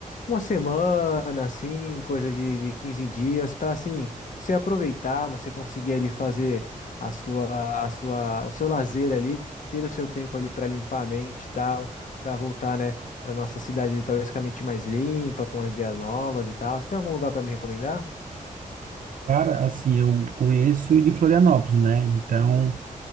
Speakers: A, on the left (about 65°); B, on the right (about 70°).
A: uma semana, assim, coisa de, de 15 dias, para assim, você aproveitar, você conseguir ali fazer a sua, a sua, o seu lazer ali, ter o seu tempo ali para limpar a mente e tal, para voltar, né? para nossa cidade, ali, talvez com a mente mais limpa, com as ideias novas e tal. Você tem algum lugar para me recomendar?
B: Cara, assim, eu conheço de Florianópolis, né? Então,